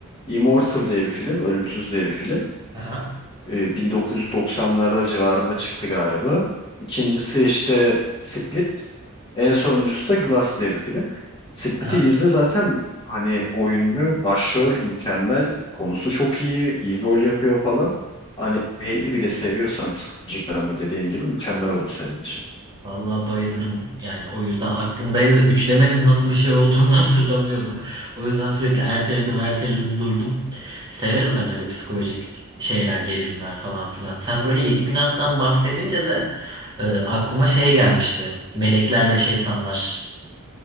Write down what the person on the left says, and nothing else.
Immortal diye bir film, Ölümsüz diye bir film.
E, 1990'larda civarında çıktı galiba. İkincisi işte Split. En sonuncusu da Glass diye bir film. Split'i
izle zaten hani oyunlu, başrol mükemmel, konusu çok iyi, iyi rol yapıyor falan. Hani 50 bile seviyorsan psikolojik drama dediğin gibi mükemmel olur senin için.